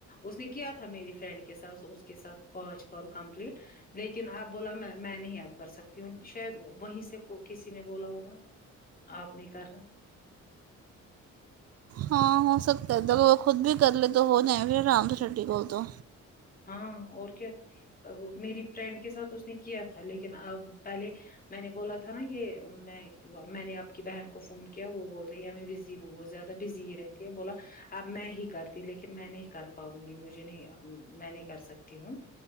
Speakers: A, on the left; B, on the right.
A: اس نے کیا تھا میری فرینڈ کے ساتھ اس کے ساتھ پانچ کال کمپلیٹ لیکن اپ بولا میں نہیں اب کر سکتی ہوں شاید وہیں سے کسی نے بولا ہوگا آپ نہیں کرنا
B: ہاں ہو سکتا ہے تو وہ خود بھی کر لے تو ہو جائیں پھر آام سے چھٹی کوول تو
A: ہاں اور کیا میری فرینڈ کے ساتھ اس نے کیا تھا لیکن ا پہلے میں نے بولا تھا نا یہ میں میں نے اپ کی بہن کو فون کیا وہ بول رہی ہے میں بزی ہوں وہ زیادہ ی رہتی ہے بولا اب میں ہی کرتی لیکن میں نہیں کر پاؤں گی مجھے نہیں میں نہیں کر سکتی ہوں